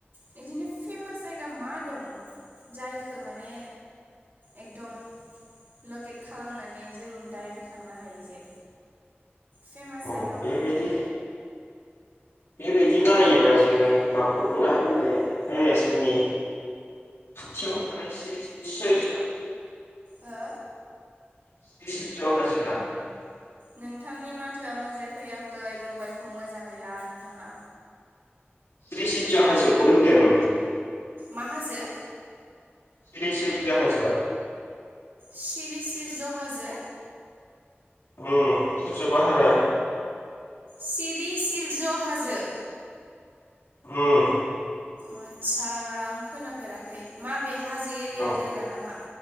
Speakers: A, on the right (about 60°); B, on the left (about 90°).
A: बिदिनो फेमास जायगा मा दं जायखौ माने एकदम लकेट खालामनानै जों दाइ थांनो हायो जे फेमास
B: औ
A: जायगा माने।
B: बेबायदि बेबायदि नायोबा जोङो माखौ बुंना हागोन होनदों जोंनि। खाथियाव थानाय सिरि सिरि <unintelligible>
A: हो
B: <unintelligible>
A: नोंथांनि माथोआ मोजाङै फैयाखै मबाइलखौ मोजाङैला नोंथाङा।
B: सश्रितज हाजोखौ होन्दों।
A: माहाजो?
B: सिरि सलज ह जवा
A: सिरि सिरज हाजो?
B: उम सोर सोर बाहारा
A: सिरि सिरज हाजो।
B: उम
A: आदसा आं खोनाफेराखै माबे हाजो एरिया
B: औ
A: जायगा नामा?